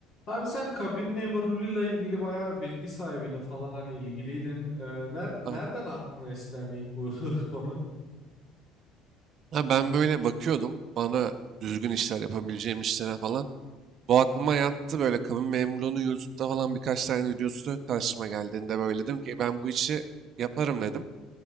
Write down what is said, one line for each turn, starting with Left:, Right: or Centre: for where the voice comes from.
Left: Abi sen kabin memurluğuyla ilgili bayağı bilgi sahibiydin falan hani ilgiliydin. Ee, ner nereden
Right: Aynen.
Left: aklına esti yani ilk bu <laughs> konu?
Right: Ha, ben böyle bakıyordum bana düzgün işler yapabileceğim işlere falan. Bu aklıma yattı böyle kabin memurluğunu YouTube'da falan birkaç tane videosu karşıma geldiğinde böyle dedim ki ben bu işi yaparım dedim.